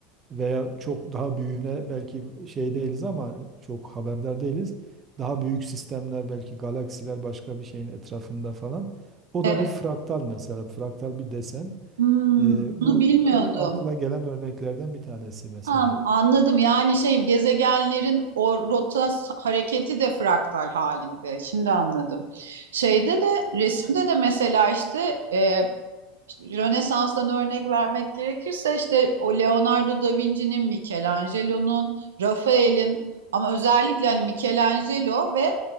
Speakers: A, on the right; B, on the right.
A: Veya çok daha büyüğüne belki şey değiliz ama çok haberdar değiliz. Daha büyük sistemler belki galaksiler başka bir şeyin etrafında falan. O
B: Evet.
A: da bir fraktal mesela. Fraktal bir desen.
B: Hmm,
A: Eee, bu
B: bunu bilmiyordum.
A: e, akla gelen örneklerden bir tanesi mesela.
B: Tamam, anladım. Yani şey gezegenlerin o rota s- hareketi de fraktal halinde. Şimdi anladım. Şeyde de resimde de mesela işte e, Rönesans'tan örnek vermek gerekirse işte o Leonardo da Vinci'nin, Michelangelo'nun, Rafael'in ama özellikle hani Michelangelo ve